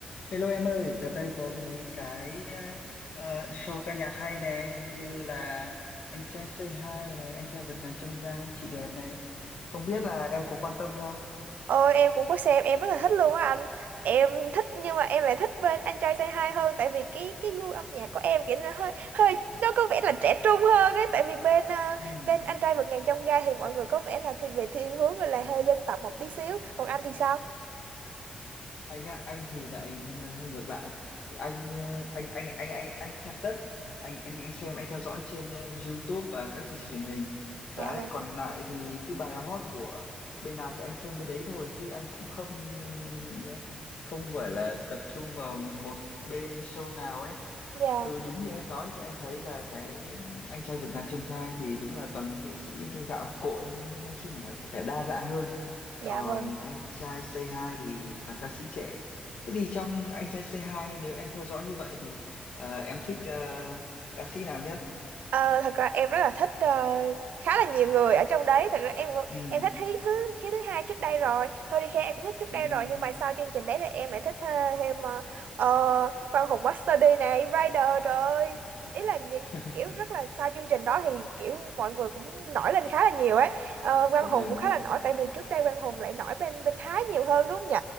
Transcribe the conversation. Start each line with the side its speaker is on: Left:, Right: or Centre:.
Left: Hello em ơi, đợt đây có mấy cái ờ, show ca nhạc hay nè, như là Anh trai Say Hi này, Anh trai vượt ngàn chông gai, Chị đẹp này. Không biết là em có quan tâm không?
Right: Ôi em cũng có xem em rất là thích luôn á anh em thích nhưng mà em lại thích bên anh trai Say Hi hơn tại vì cái cái gu âm nhạc của em kiểu nó hơi hơi nó có vẻ là trẻ trung hơn ấy tại vì bên ờ,
Left: Ừ.
Right: bên anh trai vượt ngàn chông gai thì mọi người có vẻ là thì về thiên hướng là hơi dân tộc một tí xíu còn anh thì sao
Left: anh á anh thì lại ờ, hơi ngược lại thì anh ờ, anh anh anh anh anh xem tất anh anh anh xem anh theo dõi trên ờ, YouTube và các chương trình truyền hình
Right: dạ
Left: đấy
Right: vâng
Left: còn lại thì cứ bài nào hot của bên nào thì anh xem bên đấy thôi chứ anh cũng không ờ, không gọi là tập trung vào một bên show nào ấy
Right: dạ
Left: ừ đúng như em nói thì anh thấy là cái anh trai vượt ngàn chông gai thì đúng là toàn nghệ sĩ nôi gạo cội em ấy nói chung là có vẻ đa dạng hơn
Right: dạ
Left: còn
Right: vâng
Left: anh trai Say Hi thì toàn ca sĩ trẻ thế thì trong anh trai Say Hi nếu em theo dõi như vậy thì ờ, em thích ờ, ca sĩ nào nhất
Right: Ờ, thật ra em rất là thích ờ, khá là nhiều người ở trong đấy thật ra em
Left: ừ
Right: em thích Hiếu thứ Hiếu thứ hai trước đây rồi Hurricane em cũng thích trước đây
Left: à,
Right: rồi nhưng mà sau chương trình đấy thì em lại thích thê- thêm uh, Quang Hùng Master D này Rider trời ơi ý là những
Left: <laughs>
Right: kiểu rất là sau chương trình đó thì kiểu mọi người cũng nổi lên khá là nhiều ấy Ờ, Quang
Left: đúng
Right: Hùng
Left: rồi
Right: cũng
Left: đúng
Right: khá
Left: rồi
Right: là nổi tại vì trước đây Quang Hùng lại nổi bên bên Thái nhiều hơn đúng không nhỉ